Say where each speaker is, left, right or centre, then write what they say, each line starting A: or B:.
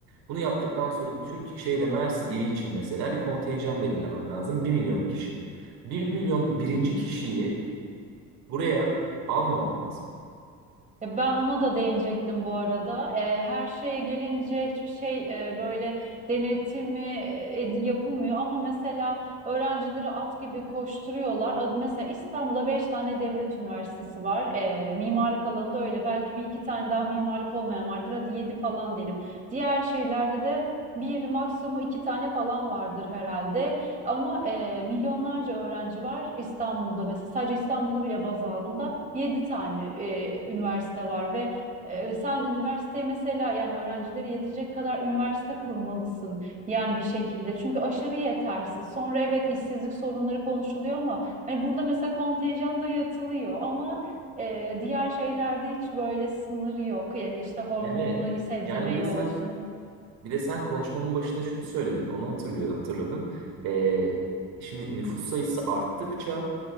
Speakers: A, on the right; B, on the right.
A: Bunu yaptıktan sonra Türk şeyde Mersin ili için mesela bir kontenjan belirlemem lazım. bir milyon kişi. Bir milyon birinci kişiyi buraya almamam lazım.
B: E, Ben ona da değinecektim bu arada. E, her şeye gelince hiçbir şey e, böyle denetimi e, ed- yapılmıyor ama mesela öğrencileri at gibi koşturuyorlar. A- Mesela İstanbul'da beş tane devlet üniversitesi var. E, mimarlık alanında öyle. Belki bir iki tane daha mimarlık olmayan vardır. Hadi yedi falan diyelim. Diğer şehirlerde de bir maksimum iki tane falan vardır herhalde. Ama e, milyonlarca öğrenci var İstanbul'da mesela. Sadece İstanbul'u bile baz aldığımda. 7 tane e, üniversite var ve e, sen üniversiteye mesela yani öğrencilere yetecek kadar üniversite kurmalısın yani bir şekilde. Çünkü aşırı yetersiz. Sonra evet işsizlik sorunları konuşuluyor ama hani burada mesela kontenjan dayatılıyor ama e, diğer şeylerde hiç böyle sınır yok. Yani işte hormonlu
A: Evet.
B: sebze
A: Yani
B: meyve
A: bir de sen
B: olsun.
A: bir de sen konuşmanın başında şunu söyledin. Onu hatırlıyor hatırladım. E, şimdi nüfus sayısı arttıkça